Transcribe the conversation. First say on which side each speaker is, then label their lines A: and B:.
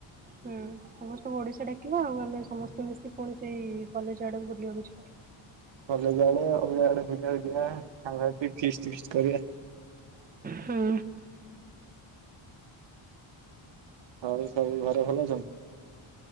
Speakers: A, on the right; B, on the right.
A: ହୁଁ! ସମସ୍ତଙ୍କୁ ଓଡିଶା ଡାକିବା ଆଉ ଆମେ ସମସ୍ତେ ମିଶି ପୁଣି ସେଇ କଲେଜ ଆଡାକୁ ବୁଲିବାକୁ ଯିବା।
B: କଲେଜ ଆଡେ ଅଲଗା ଆଡେ କେତେବେଳେ ଯିବା ସାଙ୍ଗ ହେଇକି ଫିଷ୍ଟ ଫିଷ୍ଟ୍ କରିବା।
A: ହୁଁ
B: ଆଉ ସବୁ ଘରେ ଭଲ ଅଛନ୍ତି।